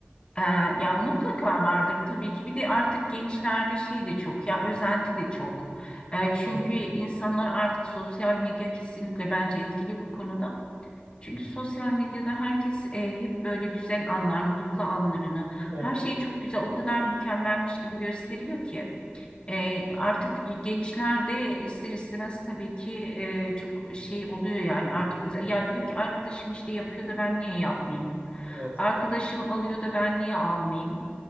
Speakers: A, on the left (about 25°); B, on the right (about 45°).
A: E, ya mutlaka vardır tabii ki. Bir de artık gençlerde şey de çok ya özenti de çok. E, çünkü
B: Hı hı.
A: insanlar artık sosyal medya kesinlikle bence etkili bu konuda. Çünkü sosyal medyada herkes e, hep böyle güzel anlar, mutlu anlarını,
B: Evet.
A: her şeyi çok güzel, o kadar mükemmelmiş gibi gösteriyor ki. E,
B: Hı hı.
A: artık gençler de ister istemez tabii ki e, çok şey oluyor yani artık özel- ya diyor ki arkadaşım işte yapıyor da ben niye yapmayayım?
B: Evet.
A: Arkadaşım alıyor da ben niye almayayım?